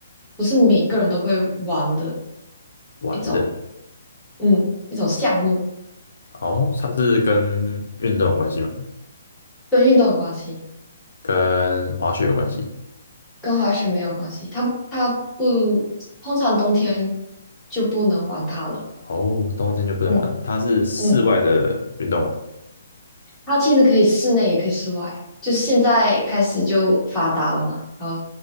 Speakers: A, in the centre; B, on the left.
A: 不是每个人都会玩的
B: 玩的。
A: 一种，嗯，一种项目，
B: 哦，它是跟运动有关系吗？
A: 跟运动有关系，
B: 跟滑雪有关系？
A: 跟滑雪没有关系。它它不，通常冬天就不能玩它了。
B: 哦，冬天就不能玩了它是室外的运动吗？
A: 嗯嗯。它其实可以室内也可以室外，就现在开始就发达了嘛。然后